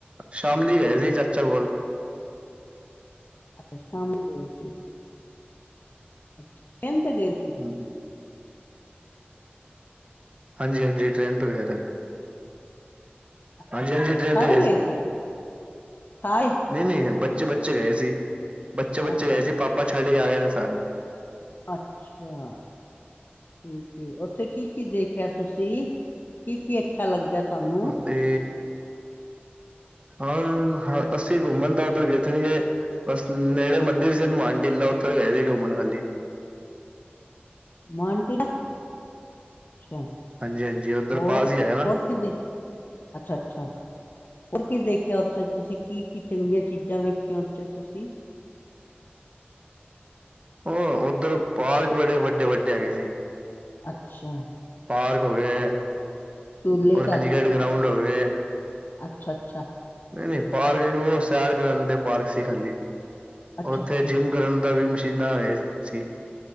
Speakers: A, on the right; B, on the left.
A: ਸ਼ਾਮਲੀ ਗਏ ਸੀ, ਚਾਚਾ ਕੋਲ।
B: ਅੱਛਾ, ਸ਼ਾਮੀ ਗਏ ਸੀ। ਅੱਛਾ, ਕਹਿ ਤੇ ਗਏ ਸੀ?
A: ਹਮਮ। ਹਾਂਜੀ- ਹਾਂਜੀ ਟ੍ਰਰੇਨ ਤੇ ਗਏ ਤੇ
B: ਅੱਛਾ-ਅੱਛਾ
A: ਹਾਂਜੀ ਹਾਂਜੀ ਟ੍ਰੇਨ
B: ਸਾਰੇ
A: ਤੇ
B: ਗਏ ਸੀ ਸਾਰੇ।
A: ਨਹੀਂ- ਨਹੀਂ ਬੱਚੇ- ਬੱਚੇ ਗਏ ਸੀ, ਬੱਚੇ- ਬੱਚੇ
B: ਅੱਛਾ
A: ਗਏ ਸੀ ਪਾਪਾ ਛੱਡੇ ਕੇ ਆ ਗਏ ਸੀ ਸਾਥ।
B: ਅੱਛਾ ਠੀਕ ਉੱਥੇ ਕੀ- ਕੀ ਦੇਖਿਆ ਤੁਸੀਂ? ਕੀ-ਕੀ ਅੱਛਾ ਲੱਗਦਾ ਤੁਹਾਨੂੰ?
A: ਅਤੇ
B: <unintelligible>
A: ਹੁਣ ਅਸੀਂ ਘੁੰਮਣ ਤਾਂ ਉੱਧਰ ਗਏਥ ਨੀ ਗ। ਬੱਸ ਨਹੜੇ ਮਨਦੀਿਰ ਜ ੇਨ ਮਟ ਲ ਉਹਥਰ ਹੈਦੀ ਗ ਮਨਹਲੀ।
B: ਮਟੀ ਦਾ ਅੱਛਾ,
A: ਹਾਂਜੀ ਹਾਂਜੀ ਉੱਧਰ
B: ਹੋਰ-
A: ਪਾਸ ਹੀ ਹੈਗਾ ਨਾ
B: ਹੋਰ ਕਿਖ ਅੱਛਾ-ਅੱਛਾ। ਹੋਰ, ਕੀ ਦੇਖਿਆ ਉੱਥੇ ਤੁਸੀਂ ਕੀ-ਕੀ ਚੰਗੀਆਂ ਚੀਜ਼ਾਂ ਵੇਖੀਆਂ ਉੱਥੇ ਤੁਸੀਂ?
A: ਉਹ ਉੱਧਰ ਪਹਾੜ ਬੜੇ ਵੱਡੇ-ਵੱਡੇ ਹੈਗੇ ਸੀ।
B: ਅੱਛਾ।
A: ਪਾਰਕ ਹੋ ਗਏ
B: ਟੂਲੇ
A: ਰ ਕ੍ਰਿਕਟ ਗਰਾਉਂਡ ਹੋ ਗਏ।
B: ਅੱਛਾ-ਅੱਛਾ।
A: ਨਹੀਂ-ਨਹੀਂ ਪਾਰਕ ਸੀ। ਉਹ ਸੈਰ ਕਰਨ ਦੇ ਪਾਰਕ ਸੀ ਖਾਲੀ
B: ਅੱਛਾ
A: ਉੱਥੇ
B: ਅੱਛਾ
A: ਜਿੰਮ। ਕਰਨ ਦਾ ਵੀ ਮਸ਼ੀਨਾਂ ਇਹ ਸੀ।